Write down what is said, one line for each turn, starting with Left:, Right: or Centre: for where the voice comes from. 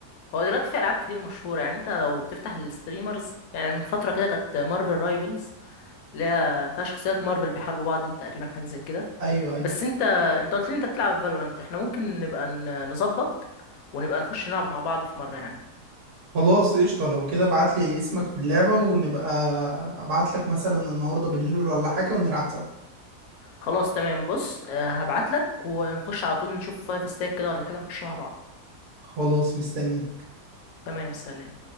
Left: هو دلوقتي في ألعاب كتير مشهورة يعني انت لو بتفتح الستريمرز يعني من فترة كده كانت مارفل رايفلز اللي هي فيها شخصيات مارفل بيحاربوا بعض دي تقريبا حاجة زي كده
Right: ايوه ايوه
Left: بس انت انت قلت لي انت بتلعب فالورانت احنا ممكن نبقى ن- نظبط ونبقى نخش نلعب مع بعض في مرة يعني
Right: خلاص قشطه لو كده ابعت لي اسمك في اللعبه ونبقى ابعت لك مثلا النهارده بالليل ولا حاجه ونلعب سوا
Left: خلاص تمام بص هبعت لك ونخش على طول نشوف فايف ستاك كده ولا حاجة نخش مع بعض
Right: خلاص مستنيك
Left: تمام سلام